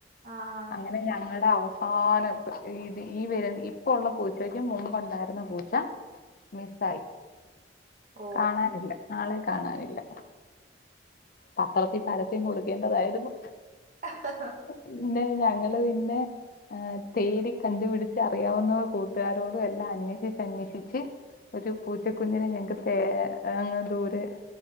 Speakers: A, on the right; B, on the left.
A: ആ ആ
B: അങ്ങനെ ഞങ്ങളുടെ അവസ്ഥ ആഹ് ഈ വര ഇപ്പം ഉള്ള പൂച്ചയ്ക്കും മുമ്പ് ഉണ്ടായിരുന്ന പൂച്ച മിസ്സായി
A: ഓ
B: കാണാനില്ല ആളെ കാണാനില്ല പത്രത്തിൽ പരസ്യം കൊടുക്കേണ്ടതായിരുന്നു
A: ആഹ്ഹ
B: പിന്നെ ഞങ്ങള് പിന്നെ ആഹ് തേടി കണ്ടുപിടിച്ച് അറിയാവുന്ന കൂട്ടുകാരോടും എല്ലാം അന്വേഷിച്ച് അന്വേഷിച്ച് ച്ച് ഒരു പൂച്ചക്കുഞ്ഞിനെ ഞങ്ങക്ക് തേ അങ്ങ് ദൂരെ